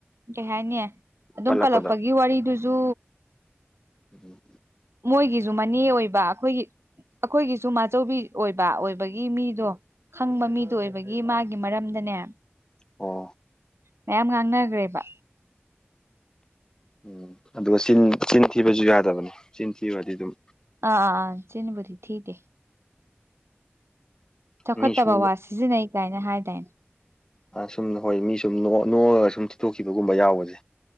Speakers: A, on the right; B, on the left.
A: ꯀꯩ ꯍꯥꯏꯅꯤ ꯑꯗꯨꯝ
B: ꯄꯜꯂꯛꯄꯗꯣ
A: ꯄꯜꯂꯛꯄꯒꯤ ꯋꯥꯔꯤꯗꯨꯖꯨ
B: ꯎꯝ <unintelligible>
A: ꯃꯣꯏꯒꯤꯁꯨ ꯃꯅꯦ ꯑꯣꯏꯕ ꯑꯩꯈꯣꯏꯒꯤ ꯑꯩꯈꯣꯏꯒꯤꯁꯨ ꯃꯥꯆꯧꯕꯤ ꯑꯣꯏꯕ ꯑꯣꯏꯕꯒꯤ ꯃꯤꯗꯣ ꯈꯪꯕ ꯃꯤꯗꯣ ꯑꯣꯏꯕꯒꯤ ꯃꯥꯒꯤ ꯃꯔꯝꯗꯅꯦ
B: ꯑꯣ
A: ꯃꯌꯥꯝ ꯉꯥꯡꯅꯈ꯭ꯔꯦꯕ
B: ꯎꯝ ꯑꯗꯨꯒ ꯆꯤꯟ ꯆꯤꯟ ꯊꯤꯕꯁꯨ ꯌꯥꯗꯕꯅꯤ ꯆꯤꯟ ꯊꯤꯌꯨꯔꯗꯤ ꯑꯗꯨꯝ
A: ꯑꯥꯑꯥ ꯆꯤꯟꯕꯨꯗꯤ ꯊꯤꯗꯦ ꯆꯥꯎꯈꯠꯇꯕ
B: ꯃꯤ ꯁꯨꯝ
A: ꯋꯥ ꯁꯤꯖꯤꯟꯅꯩ ꯀꯥꯏꯅ ꯍꯥꯏꯗꯥꯏꯅꯦ
B: ꯁꯨꯝ ꯍꯣꯏ ꯃꯤ ꯁꯨꯝ ꯅ‌ꯣꯛ ꯅꯣꯛꯑꯒ ꯁꯨꯝ ꯊꯤꯗ‌ꯣꯛꯈꯤꯕꯒꯨꯝꯕ ꯌꯥꯎꯕꯁꯦ